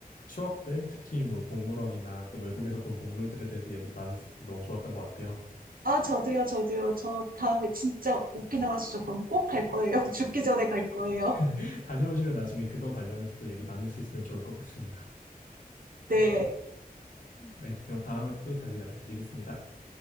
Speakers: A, on the left; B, on the right.
A: 추억들, 특히 뭐 동물원이나 또 외국에서 본 동물들에 대해서 얘기를 나눌 수 있어서 너무 좋았던 것 같아요.
B: 아, 저도요, 저도요. 저 다음에 진짜 오키나와 수족관 꼭 갈 거예요. <laughs> 죽기 전에 갈 거예요.
A: <laughs> 다녀오시면 나중에 그거 관련해서 또 얘기 나눌 수 있으면 좋을 것 같습니다.
B: 네,
A: 네, 그럼 다음에 또 다시 연락드리겠습니다.